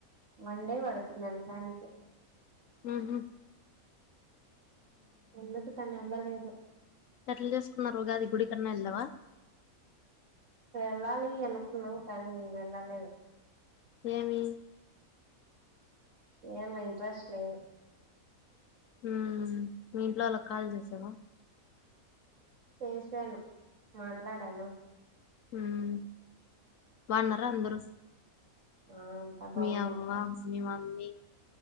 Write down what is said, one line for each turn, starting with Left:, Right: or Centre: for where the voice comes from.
Right: వండే పడుతుంది వెళ్ళడానికి
Left: ఉహూ
Right: అందుకు తను వెళ్ళలేదు
Left: ఎట్ల చేసుకున్నారు ఉగాది గుడి కన్నా వెళ్ళావా
Right: వెళ్ళాలి అనుకున్నాం కానీ వెళ్ళలేదు
Left: ఏమి
Right: ఏమో ఇంట్రెస్ట్ లేదు
Left: ఉమ్ మీ ఇంట్లో వాళ్ళకు కాల్ చేసావా
Right: చేసాను మాట్లాడాను
Left: హ్మ్ బాగున్నారా అందరూ
Right: ఆ అంతా బాగున్నారు
Left: మీ అవ్వ మీ మమ్మీ